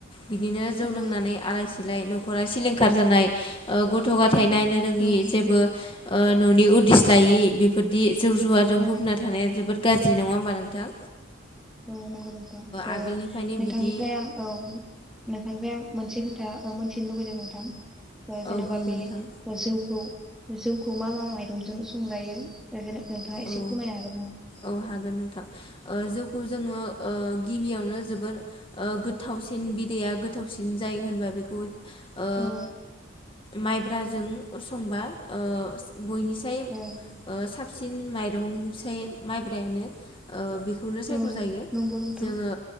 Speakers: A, on the left; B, in the centre.
A: बिदिनो जौ
B: औ
A: लोंनानै आलााय सिलाय न' खरा सिलिंखार जानाय ओ गथ' ग थाइ नायनो रोङि
B: औ
A: जेबो ओ न'नि उदिस लायै बेफोरदि जौ जुवाजों
B: औ
A: बुंना थानाया जोबोद गाज्रि नङा होमबा नोंथां?
B: औ नंगौ नोंथां ओ
A: आगोलनिफ्रायनो
B: नोंथांनिफ्राय
A: बिदि
B: आं औ नोंथांनिफ्राय आं मोनसे खोथा ओ मोनथिनो लुुबैदों नोंथां? ओ जेनेबा
A: औ बुं
B: बे
A: नोंथां
B: जौखौ जौ खौ मा मा माइरंजों संजायो एखोनो नोंथाङा एसे
A: औ
B: फोरमायनो हागोन नामा?
A: औ हागोन नोंथां। ओ जौखौ जोङो ओ गिबियावनो जोबोर ओ गोथावसिन बिदैया गोथावसिन जायो होनबा बेखौ ओ
B: औ
A: माइब्राजों संबा ओ बयनिसाय
B: औ
A: ओ सा सिन माइरंसाय माइब्रायानो ओ बि खौनो सायख'जायो
B: औ नंगौ नोंथां
A: जोङो